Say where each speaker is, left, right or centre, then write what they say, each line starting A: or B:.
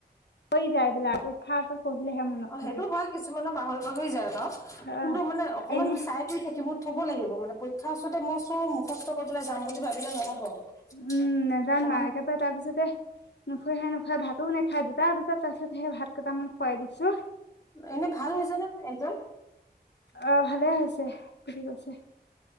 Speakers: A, on the left (about 80°); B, on the left (about 20°).
A: হৈ যায় বোলে পৰীক্ষা ওচৰত পঢ়িলেহে মনত
B: অহ,
A: থাকে
B: সেইটো হয় কিছুমানৰ পাহৰি- পাহৰি যায় বাউ
A: আহ
B: কিন্তু মানে অকমান
A: এনে
B: চাই কৰি খাকিব থব লাগিব। পৰীক্ষা ওচৰতে মই চব মুখস্থ কৰি পেলাই যাম বুলি ভাবিলে নহ'ব।
A: উম, নেজানোৱে
B: অকমান
A: একেবাৰে তাৰ পিছতে নুশুৱেহে নুশু খাই ভাতো নেখাই দুটা বজাত তাৰছত সে ভাত কেইটামান খুৱাই দিছোঁ
B: এনে ভাল হৈছে নহ একজাম?
A: অহ, ভালে হৈছে কুটি গৈছে।